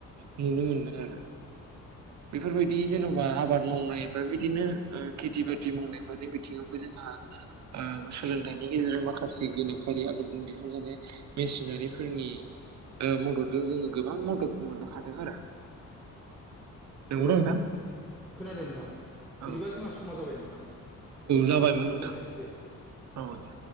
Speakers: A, on the right; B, in the centre.
A: नुनो मोनदों आरो। बेफोरबायदि जेन'बा आबाद मावनाय बा बिदिनो ओ खेथि बाथि मावनायफोरनि बिथिङावबो जोंहा। ओ सोलोंथाइनि गेजेरजों माखासे गोनोखोयारि आदबजों दिहुनजानाय मेसिनारि फोरनि मददजों जोङो गोबां मदद मोननो हादों आरो नंगौना
B: औ
A: नोंथां
B: खोनादों नोंथां
A: औ
B: बिदिबा जोंहा समा जाबाय नोंथां। औ
A: जाबायमोन
B: बिदिबा
A: नोंथां
B: दोनलायनोसै दे।
A: औ दे।